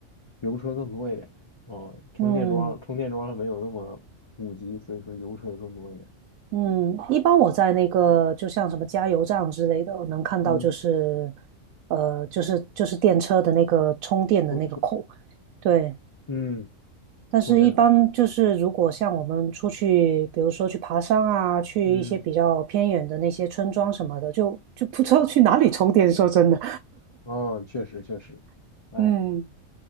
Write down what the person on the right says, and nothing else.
嗯
嗯，一般我在那个就像什么加油站之类的，我能看到就是，
呃，就是就是电车的那个充电的那个口，
对。
但是，
一般就是如果像我们出去，比如说去爬山啊，去一些比较偏远的那些村庄什么的，
就就不知道去哪里充电。说真的，
<laughs>
嗯，